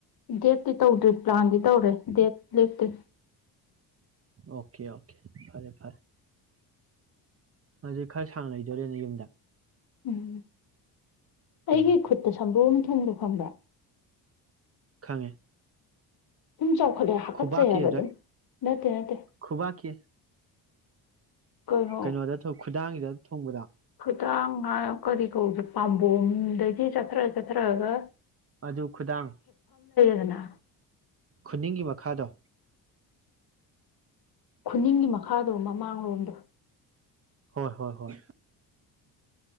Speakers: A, on the left; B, on the right.
A: ꯗꯦꯠꯇꯠꯇꯤ ꯇꯧꯗ꯭ꯔꯤ ꯄ꯭ꯂꯥꯟꯗꯤ ꯇꯧꯔꯦ ꯗꯦꯠ ꯂꯠꯇ
B: ꯑꯣꯀꯦ ꯑꯣꯀꯦ ꯐꯔꯦ ꯐꯔꯦ ꯑꯗꯨ ꯈꯔ ꯁꯥꯡ ꯂꯩꯗꯣꯔꯦꯅꯦ ꯌꯨꯝꯗ
A: ꯎꯝ ꯑꯩꯒꯤ
B: ꯎꯝ
A: ꯈꯨꯠꯇ ꯁꯝꯕꯨ ꯑ ꯑꯃ ꯊꯨꯡꯂꯨ ꯊꯝꯕ
B: ꯈꯪꯉꯦ
A: ꯁꯨꯝ ꯆꯥꯎꯈꯠꯂꯦ ꯍꯥꯞꯀꯠꯆꯩ
B: ꯈꯨꯕꯥꯛꯀꯤ
A: ꯍꯥꯏꯕ
B: ꯑꯗꯨꯋꯥꯏ
A: ꯑꯗꯨꯝ ꯅꯠꯇꯦ ꯅꯠꯇꯦ
B: ꯈꯨꯕꯥꯛꯀꯤ
A: ꯀꯩꯅꯣ
B: ꯀꯩꯅꯣꯗ ꯈꯨꯗꯥꯡꯁꯤꯗ ꯊꯣꯡꯕꯗ
A: ꯇꯥꯡ ꯀꯔꯤ ꯀꯧꯗꯦ ꯄꯥꯝꯕꯣꯝꯗꯒꯤ ꯆꯠꯊꯔ ꯆꯠꯊꯔꯑꯒ
B: ꯑꯗꯨ ꯈꯨꯗꯥꯡ
A: ꯅꯥ
B: ꯈꯨꯅꯤꯡꯒꯤ ꯃꯈꯥꯗꯣ
A: ꯈꯨꯅꯤꯡꯒꯤ ꯃꯈꯥꯗꯣ ꯃꯃꯥꯡꯂꯣꯝꯗꯣ
B: ꯍꯣꯏ ꯍꯣꯏ ꯍꯣꯏ